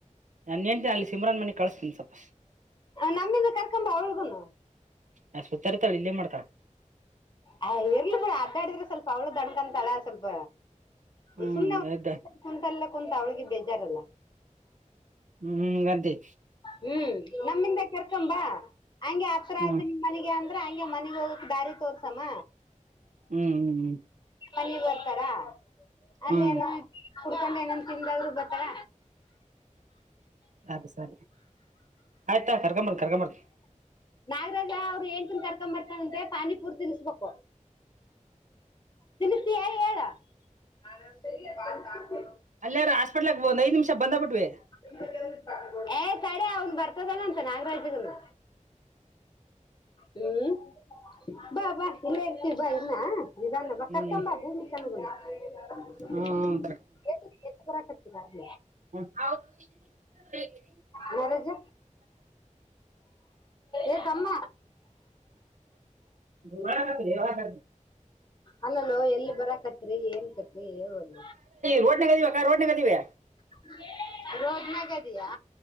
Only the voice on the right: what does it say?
ನನ್ ಹೆಂತಿನ್ ಅಲ್ಲಿ ಸಿಮ್ರನ್ ಮನಿಗ ಕಳಸ್ತಿನ ಸ್ವಪ.
ನ ಸುತ್ತ್ಯಾಡ್ತಾಳ ಇಲ್ಲೇನ್ ಮಾಡ್ತಾಳ.
ಹ್ಮ್
ಎದ್ದ
ಹ್ಮ್ ಗಂತಿ.
ಹ್ಮ್
ಹ್ಮ್ ಹ್ಮ್ ಹ್ಮ್
ಹ್ಮ್
ಅದ ಸರಿ ಆಯ್ತತೋ ಕರ್ಗಂಬರ್ ಕರ್ಗಂಬರ
ಅಲ್ಲೆಇರುಹಾಸ್ಪಿಟ್ಲ್ದಾಗ ಒಂದ ಐದು ನಿಮಿಷ ಬಂದ ಬಿಟ್ವಿ.
ಹ್ಮ್
ಹ್ಮ್
ಹ <unintelligible>
ಯಾಗ <unintelligible>
ರೋಡ್ ನಗದಿವವಿ ಅಕ್ಕ ರೋಡ್ ನಗದೀವಿ.